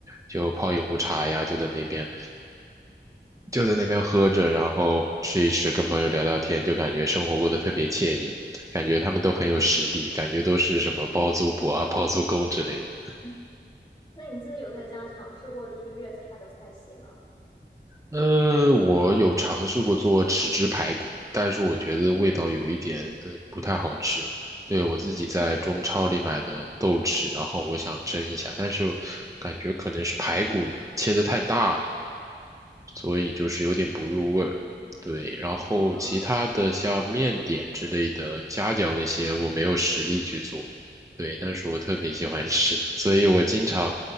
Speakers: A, on the right; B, on the left.
A: 就泡一壶茶呀，就在那边就在那边喝着，然后吃一吃，跟朋友聊聊天，就感觉生活过得特别惬意，感觉他们都很有实力，
B: 嗯
A: 感觉都是什么包租婆啊、包租公之类的。
B: 嗯那你自己有在家尝试过就是粤菜的菜系吗？
A: 呃，我有尝试过做豉汁排骨，但是我觉得味道有一点，嗯，不太好吃。对，我自己在中超里买的豆豉，
B: 嗯，
A: 然后我想蒸一下，但是感觉可能是排骨切得太大了，所以就是有点不入味儿。对，然后其他的像面点之类的夹饺那些，
B: 哦，
A: 我没有实力去做。对，但是我特别喜欢吃，所以我经常